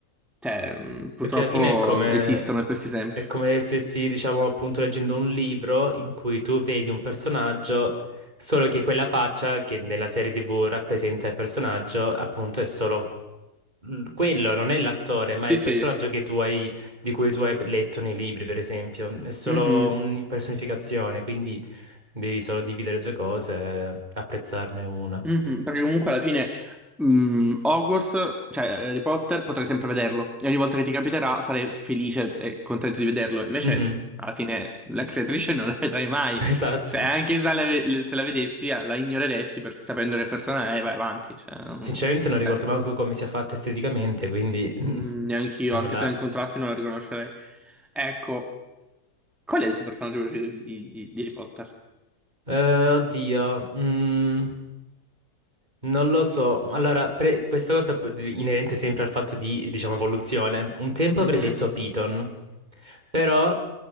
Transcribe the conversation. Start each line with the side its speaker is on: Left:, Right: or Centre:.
Centre: Cioè, mh, purtroppo
Right: perché alla fine è come,
Centre: esistono questi esempi.
Right: è come se stessi, diciamo, appunto leggendo un libro in cui tu vedi un personaggio, solo che quella faccia che nella serie TV rappresenta il personaggio, appunto, è solo l- quello, non è l'attore, ma
Centre: Sì,
Right: è il
Centre: sì.
Right: personaggio che tu hai, di cui tu hai letto nei libri, per esempio. È solo
Centre: Mhm.
Right: un'impersonificazione, quindi devi solo dividere due cose e apprezzarne una.
Centre: Mhm, perché comunque alla fine mh, Hogwarts, cioè Harry Potter, potrai sempre vederlo e ogni volta che ti capiterà sarai felice e contento di vederlo. Invece,
Right: Mhm,
Centre: alla fine, la creatrice non la vedrai mai.
Right: <laughs> Esatto.
Centre: Cioè, anche se la, ve- se la vedessi, ah, la ignoreresti perché sapendo che persona è, vai avanti. Cioè, non
Right: Sinceramente
Centre: ha
Right: non ricordo
Centre: senso.
Right: manco come sia fatta esteticamente, quindi... <laughs>
Centre: Mm, neanche io,
Right: Sembra-
Centre: anche se la incontrassi, non la riconoscerei. Ecco, qual è il tuo personaggio preferito di, di- di Harry Potter?
Right: Eh, oddio, mm, Non lo so, allora pre- questa cosa pu- inerente sempre al fatto di, diciamo, evoluzione. Un tempo
Centre: Mhm,
Right: avrei detto Python, però